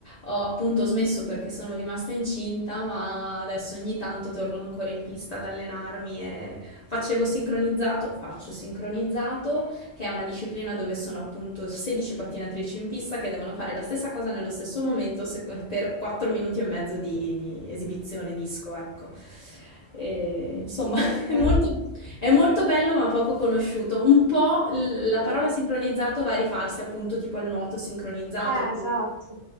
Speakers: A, on the left (about 45°); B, on the right (about 40°).
A: ho appunto smesso perché sono rimasta incinta, ma adesso ogni tanto torno ancora in pista ad allenarmi e facevo sincronizzato, faccio sincronizzato che è una disciplina dove sono appunto 16 pattinatrici in pista che devono fare la stessa cosa nello stesso momento se- per 4 minuti e mezzo di, di esibizione disco, ecco. E, insomma, <laughs> è
B: veramente.
A: molto, è molto bello ma poco conosciuto. Un po' l- la parola
B: Mm,
A: sincronizzato va a rifarsi appunto tipo al nuoto sincronizzato,
B: Eh,
A: quindi
B: esatto.